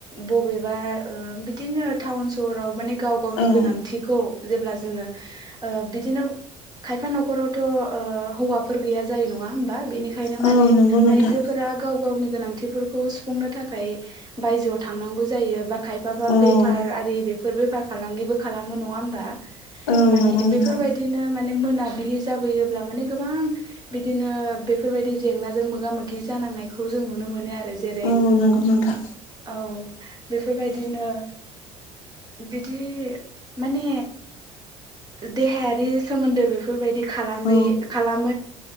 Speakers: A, on the right (about 20°); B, on the left (about 70°).
A: बबेबा बिदिनो टाउन सहराव माने गाव गावनि
B: औ
A: गोनांथिखौ जेब्ला जोङो बिदिनो खायफा न'खरावथ' ओ हौवाफोर गैया जायो नङा होमबा बिनिखायनो माने
B: औ नंगौ नोंथां
A: आइजोफोरा गाव गावनि गोनांथि बेफोरखौ सुफुंनो थाखाय बायजोआव थांनांगौ जायो बा खायफ बा
B: औ
A: बेफार आरि बे बेफार फालांगिबो खालामो नङा होनबा
B: औ
A: माने
B: नंगौ नोंथां
A: बेफोरबायदि बिदिनो माने मोनाब्लि जाबोयोब्ला माने गोबां बिदिनो बेफोरबायदि जेंनाजों मोगा मोगि जानांनायखौ जों नुनो मोनो आरो जेरै
B: औ नंगौ नोंथां
A: औ बेफोरबायदिनो बिदि माने देहायारि सोमोन्दो बेफोरबायदि खालामै
B: औ
A: खालाम